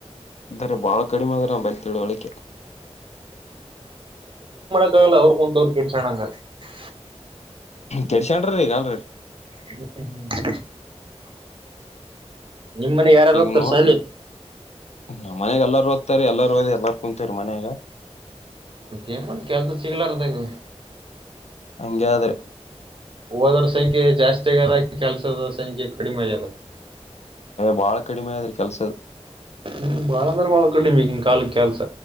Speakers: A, on the left (about 75°); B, on the right (about 50°).
A: ಇದಾರೆ ಬಾಳ ಕಡಿಮೆ ಅದ್ರು <unintelligible>
B: <unintelligible> ಅವ್ರು ಕೊಂತ <unintelligible>
A: ಕೆಡ್ಸ್ಕಂಡ್ರಿ ಇಗ್ ಅಲ್ರೆಡಿ.
B: <unintelligible> ನಿಮ್ ಮನೆ ಯಾರ್ಯಾರು
A: ಈಗ
B: ಹೋಗ್ತಾರ
A: ನೋಡ್
B: ಸಾಲಿ
A: ನಮ್ಮನೆಯಾಗ್ ಎಲ್ಲಾರು ಓದ್ತಾರೀ ಎಲ್ಲಾರು ಓದಿ ಎಲ್ಲಾರೂ ಕುೂಂತವ್ರೀ ಮನೆಗೆ.
B: ಮತ್ ಏನ್ ಮಾಡ್ ಕೆಲ್ಸ ಸಿಗ್ಲಾರ್ದಗೆ.
A: ಹಂಗ್ಯಾದ್ರೆ
B: ಓದರ್ ಸಂಖ್ಯೆ ಜಾಸ್ತಿ ಆಗ್ಯದ ಕೆಲ್ಸ ದೂರ್ ಸಂಖ್ಯೆ ಕಡಿಮೆ ಆಗ್ಯದ
A: ಬಾಳ ಕಡಿಮೆ ಆಗದ್ರಿ ಕೆಲ್ಸ
B: ಹ್ಮ ಬಾಳಂದ್ರ ಬಾಳ ಕಡ್ಮಿ ಇಗಿನ್ ಕಾಲ್ದ್ ಕೆಲ್ಸ